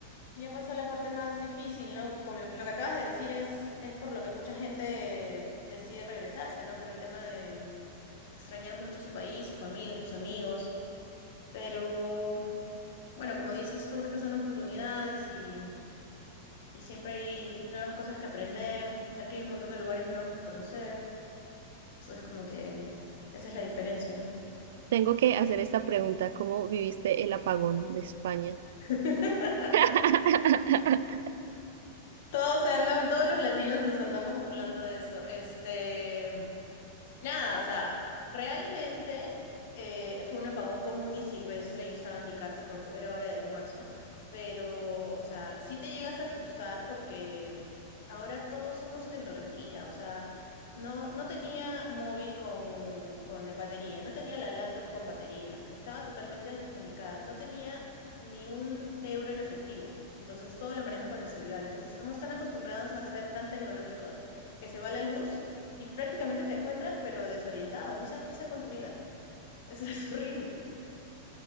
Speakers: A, on the left; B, on the right.
A: ya pasó la parte más difícil, ¿no? Como lo, lo que acabas de decir es, es por lo que mucha gente decide regresarse, ¿no? Por el tema de extrañar mucho su país, su familia, sus amigos. Pero Bueno, como dices tú, es que son oportunidades y, y siempre hay nuevas cosas que aprender. Aquí hay un montón de lugares nuevos que conocer. Entonces, como que esa es la diferencia, ¿no?
B: Tengo que hacer esta pregunta, ¿cómo viviste el apagón de España?
A: <laughs>
B: <laughs>
A: Todos se andan, todos los latinos nos andamos burlando de eso. Este, Nada, o sea, realmente eh, fue un apagón común y silvestre. Yo estaba en mi casa, pero ju- era hora de almuerzo. Pero, o sea, sí te llegas a asustar porque mm, ahora todos somos tecnología. O sea, no, no tenía móvil con, con batería, no tenía la laptop con batería, estaba totalmente descomunicada, no tenía ni un euro en efectivo. Entonces todo lo manejo con el celular. Entonces estamos tan acostumbrados a ser tan tecnológicos que se va la luz y prácticamente te encuentras pero desorientado, no sabes qué hacer con tu vida. Eso es <laughs> horrible.